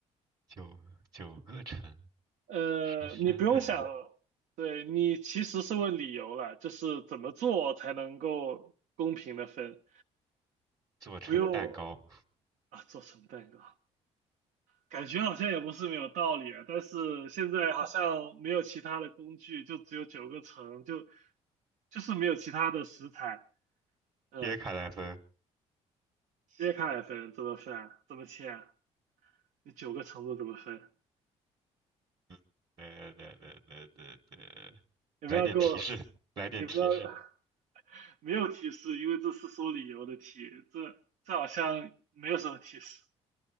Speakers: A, on the right (about 30°); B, on the right (about 75°).
A: 九九个橙，
B: 呃，
A: 十三个人。
B: 你不用想，对，你其实是问理由了，就是怎么做才能够公平的分，
A: 做成蛋糕，
B: 不用啊，做成蛋糕，感觉好像也不是没有道理啊，但是现在好像没有其他的工具，就只有九个层，就就是没有其他的食材，
A: <laughs>
B: 嗯，
A: 切开来分。
B: 切开来分怎么分啊？怎么切啊？你九个层子怎么分？
A: 嗯，对对对对对对，
B: 你不要给我，
A: 来点提示，来点提示。
B: 你不要。<laughs> 没有提示，因为这是说理由的题，这这好像没有什么提示。